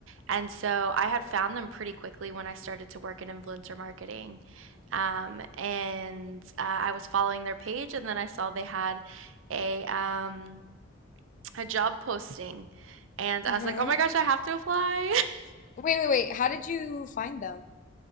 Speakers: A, on the right; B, on the left.
A: And so I had found them pretty quickly when I started to work in influencer marketing. Um, and uh, I was following their page, and then I saw they had a um, a job posting, and I
B: Mm-hmm.
A: was like, "Oh my gosh, I have to apply!" <laughs>
B: Wait, wait, wait. How did you find them?